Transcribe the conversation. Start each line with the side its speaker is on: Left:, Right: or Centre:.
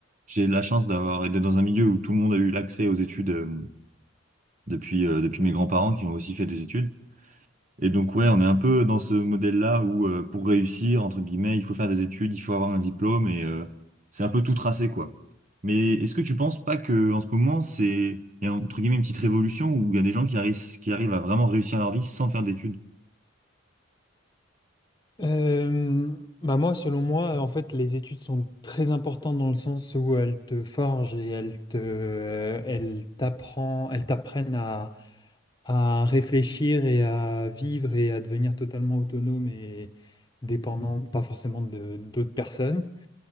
Right: j'ai la chance d'avoir d'être dans un milieu où tout le monde a eu l'accès aux études euh, depuis euh, depuis mes grands-parents qui ont aussi fait des études. Et donc, ouais, on est un peu dans ce modèle-là où euh, pour réussir, entre guillemets, il faut faire des études, il faut avoir un diplôme et euh, c'est un peu tout tracé, quoi. Mais est-ce que tu penses pas que en ce moment, c'est, il y a entre guillemets une petite révolution où il y a des gens qui arrivent, qui arrivent à vraiment réussir leur vie sans faire d'études?
Left: Euh, bah moi, selon moi, en fait, les études sont très importantes dans le sens où elles te forgent et elles te, euh, elles t'apprend- elles t'apprennent à, à réfléchir et à vivre et à devenir totalement autonome et dépendant, pas forcément de- d'autres personnes.